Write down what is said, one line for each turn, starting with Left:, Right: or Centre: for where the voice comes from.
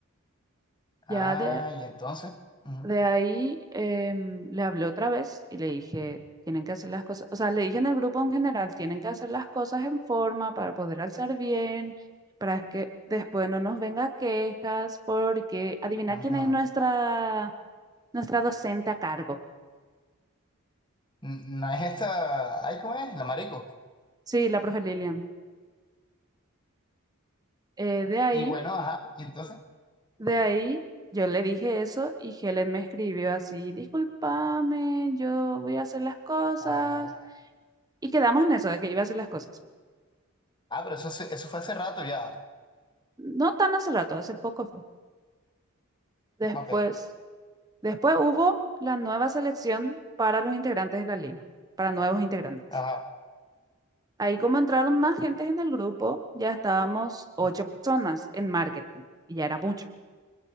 Left: Ah,
Right: Ya de,
Left: y entonces, ujú,
Right: de ahí em, le hablé otra vez y le dije, tienen que hacer las cosas, o sea, le dije en el grupo en general, tienen que hacer las cosas en forma para poder alzar bien, para que después no nos venga quejas, porque adivina
Left: ujú.
Right: quién es nuestra, nuestra docente a cargo.
Left: N- No es esta, ay, ¿cómo es? La marico.
Right: Sí, la profe Lilian. Eh, de ahí,
Left: Y bueno, ajá, y entonces,
Right: de ahí, yo le dije eso y Helen me escribió así, discúlpame, yo voy a hacer las cosas.
Left: ah,
Right: Y quedamos en eso, de que iba a hacer las cosas.
Left: ah, pero eso, se- eso fue hace rato ya,
Right: No tan hace rato, hace poco fue. Después,
Left: ok,
Right: después hubo la nueva selección para los integrantes de la liga, para nuevos integrantes.
Left: ajá,
Right: Ahí como entraron más gentes en el grupo, ya estábamos ocho
Left: mm,
Right: personas en marketing y ya era mucho.